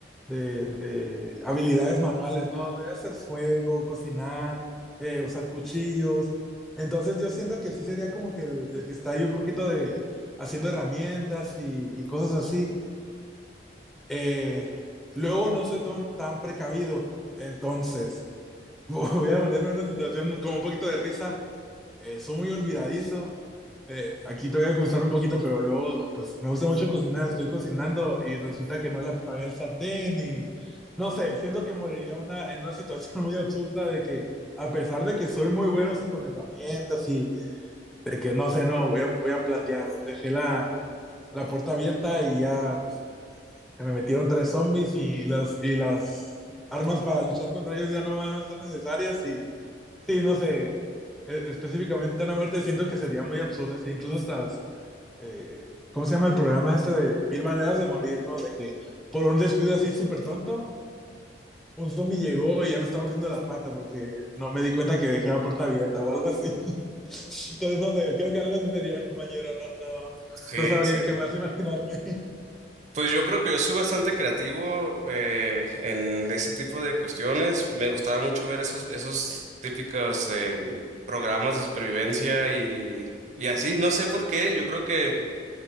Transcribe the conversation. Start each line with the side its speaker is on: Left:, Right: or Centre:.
Centre: de, de habilidades manuales, ¿no? De hacer fuego, cocinar, eh, usar cuchillos. Entonces yo siento que sí sería como que el, el que está ahí un poquito de haciendo herramientas y, y cosas así. Eh, luego no soy tan, tan precavido, entonces <laughs> voy a ponerme en una situación como un poquito de risa. Eh, soy muy olvidadizo, eh, aquí te voy a gustar un poquito, pero luego, pues me gusta mucho cocinar, estoy cocinando y resulta que no le apagué el sartén y no sé, siento que moriría una, en una situación <laughs> muy absurda de que a pesar de que soy muy bueno así con herramientas y de que no sé, no, voy a, voy a plantear, dejé la, la puerta abierta y ya, pues se me metieron tres zombies y las, y las armas para luchar contra ellos ya no van a ser necesarias y sí, no sé, e- específicamente una muerte siento que sería muy absurda, así, incluso hasta eh, ¿cómo se llama el programa este de Mil Maneras de Morir, ¿no? De que por un descuido así súper tonto, un zombie llegó y ya me está mordiendo la pata porque no me di cuenta que dejé la puerta abierta o algo así. <laughs> Entonces, no sé, creo que algo así sería, compañero, no, no,
Right: sí,
Centre: no sabría
Right: sí.
Centre: qué más imaginarme.
Right: Pues yo creo que yo soy bastante creativo eh, en ese tipo de cuestiones. Me gustaba mucho ver esos, esos típicos eh, programas de supervivencia y, y así. No sé por qué. Yo creo que,